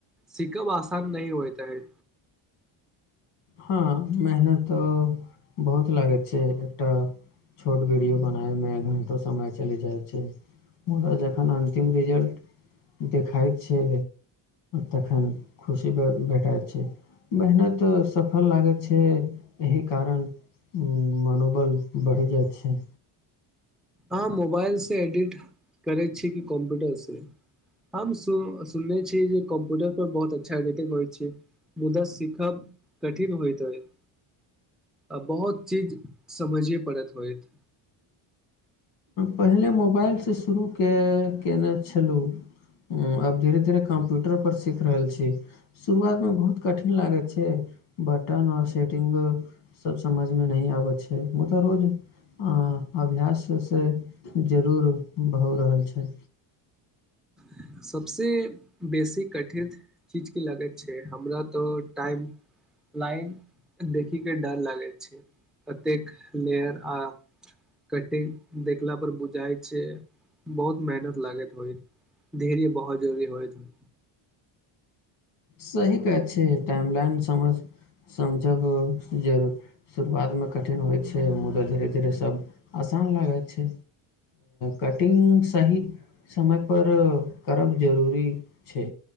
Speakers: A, in the centre; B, on the left.
A: सीख वास्त आसान नहि होयत अछि
B: हँ मेहनत बहुत लागैत छै एकटा छोट वीडियो बनाबमे घण्टो समय चलि जाइत छै मुदा जखन अन्तिम रिजल्ट देखाइत छै तखन खुशी भेटाइत छै मेहनत। सफल लागैत छै एहि कारण मनोबल बढ़ि जाइ छै
A: अहाँ मोबाइलसँ एडिट करै छीिय कि कम्प्यूटरसँ हम सु सुनने छियै जे कम्प्यूटरपर बहुत अच्छा एडिटिंग होइ छै मुदा सीखब कठिन होइत होइत आ बहुत चीज समझे पड़ैत होइत।
B: पहिले मोबाइलसँ शुरू कै केने छलहुँ आब धीरे धीरे कम्प्यूटर पर सीख रहल छी शुरुआतमे बहुत कठिन लागै छै बटन आओर सेटिंग सब समझमे नहि आबै छै मुदा रोज अं अभ्यास से जरूर भऽ रहल छै
A: सबस बेसी कठिन चीज की लगैत छै हमरा तो टाइम लाइन देखी के डर लागैत छै कतेक लेयर आ कटिंग देखला पर बुझाइ छै बहुत मेहनत लागेत होइ देहरीिय बहुत जरूरी होए त।
B: सही कहैत छै टाइम लइन समझ समझब ज शुरुआतमे कठिन होइ छै मुदा धीरे धीरे सभ आसान लागैत छै कटिंग सही समयप करब जरूरी छै